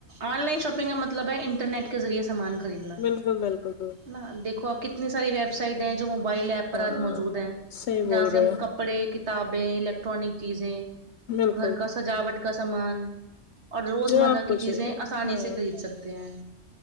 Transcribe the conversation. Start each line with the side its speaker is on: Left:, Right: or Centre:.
Right: آن لائن شاپنگ کا مطلب ہے انٹرنیٹ کے ذریعے سے سامان خریدنا
Left: بالکل بالکل
Right: ن دیکھو آپ کتنی ساری ویب سائٹ ہیں جو موبائل ایپ پر
Left: ہاں
Right: آج موجود ہیں
Left: صحیح بول
Right: جہاں سے
Left: رہے
Right: ہم
Left: ہو
Right: کپڑے کتابیں الیکٹرانک چیزیں
Left: بالکل
Right: گھر کا سجاوٹ کا سامان اور روزمرہ
Left: جو آپ کو
Right: کی چیزیں
Left: چاہیے
Right: آسانی
Left: ہاں
Right: سے خرید سکتے ہیں